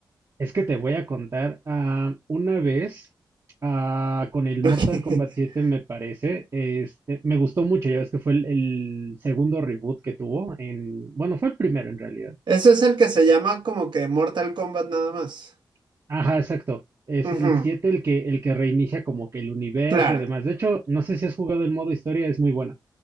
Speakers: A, on the right (about 45°); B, on the right (about 65°).
A: Es que te voy a contar, ah, una vez ah, con el
B: <laughs>
A: Mortal Kombat 7 me parece, este, me gustó mucho, ya ves que fue el, el segundo reboot que tuvo en, bueno, fue el primero en realidad.
B: Ese es el que se llama como que Mortal Kombat nada más.
A: Ajá, exacto. Es
B: Ujú,
A: el 7 el que, el que reinicia como que el universo
B: claro.
A: y demás. De hecho, no sé si has jugado el modo historia, es muy buena.